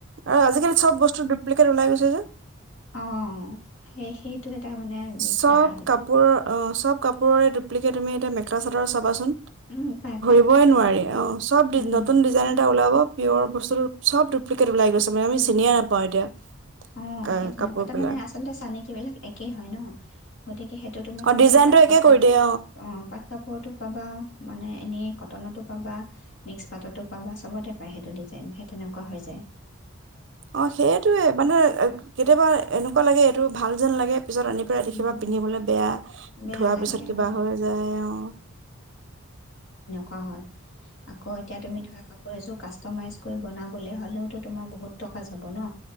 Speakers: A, on the right (about 55°); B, on the left (about 60°).
A: আৰু আজিকালি চব বস্তু ডুপ্লি ওলাই গৈছে যে
B: অ সেই সেইটো এটা মানে দিগদাৰ
A: চব
B: আহিছে
A: কাপোৰ অ', চব কাপোৰৰে ডুপ্লিকেট তুমি এতিয়া মেখেলা চাদৰ চাবাচোন
B: উম পাই পাই
A: ৰিবই নোৱাৰি অঁ চব
B: উম
A: নতুন ডিজাইন এটা ওলাব পিয়ৰ বস্তুটো চব ডুপ্লিকেট ওলাই গৈছে মানে আমি
B: উম
A: চিনিয়ে নাপাওঁ এতিয়া
B: অ
A: কা
B: সেই তেনেকুৱাতে
A: কাপোৰ বিলাক
B: মানে আচলতে চানেকী বিলাক একেই হয় ন গতিকে সেইটো তোমাৰ
A: অ',
B: চানেকি
A: ডিজাইনটো
B: পাট
A: একে
B: কাপোৰটো
A: কৰি দিয়ে
B: অ পাট কাপোৰটো পাবা মানে এনেই কটনতো পাবা মিক্স পাটতো পাবা চবতে পায় সেইটো ডিজাইন সেই তেনেকুৱা হৈ যায়
A: অ সেইটোয়ে মানে কেতিয়াবা এনেকুৱা লাগে এইটো ভাল যেন লাগে পিছত আনি পেলাই
B: উম।
A: দেখিবা পিন্ধিবলৈ বেয়া
B: বেয়া
A: ধোৱাৰ
B: লাগে
A: পিছত কিবা
B: অ',
A: হৈ যায় আৰু
B: কোৱা হয় আকৌ এতিয়া তুমি ধৰা কাপোৰ এযোৰ কা কাষ্টমাইজ কৰি বনাবলৈ হলেওতো তোমাৰ বহুত টকা যাব ন